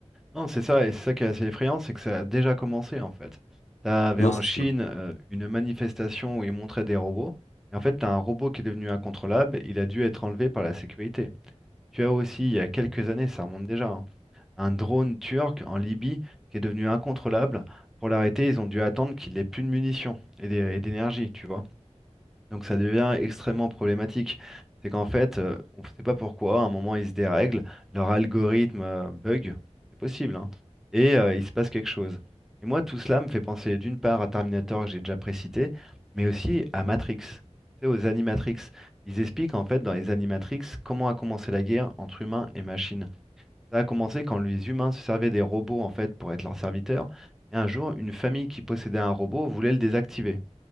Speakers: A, in the centre; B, on the left.
A: Non, c'est ça, et c'est ça qui est assez effrayant, c'est que ça a déjà commencé en fait. T'avais
B: Non,
A: en
B: c'est
A: Chine
B: sûr.
A: euh, une manifestation où ils montraient des robots, et en fait, t'as un robot qui est devenu incontrôlable, il a dû être enlevé par la sécurité. Tu as aussi, il y a quelques années, ça remonte déjà, hein, un drone turc en Libye qui est devenu incontrôlable. Pour l'arrêter, ils ont dû attendre qu'il ait plus de munitions et d'é- et d'énergie, tu vois. Donc ça devient extrêmement problématique. C'est qu'en fait, euh, on ne sait pas pourquoi, à un moment, ils se dérèglent, leur algorithme euh, bug, c'est possible, hein, et euh, il se passe quelque chose. Et moi, tout cela me fait penser d'une part à Terminator que j'ai déjà précité, mais aussi à Matrix, tu sais, aux Animatrix. Ils expliquent en fait dans les Animatrix comment a commencé la guerre entre humains et machines. Ça a commencé quand les humains se servaient des robots en fait pour être leurs serviteurs, et un jour, une famille qui possédait un robot voulait le désactiver.